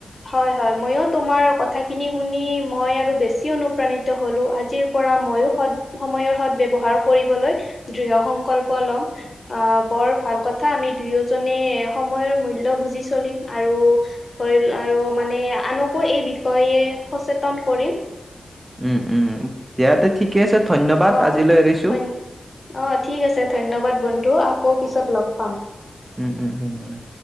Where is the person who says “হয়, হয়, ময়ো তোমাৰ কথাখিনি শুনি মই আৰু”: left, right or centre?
Left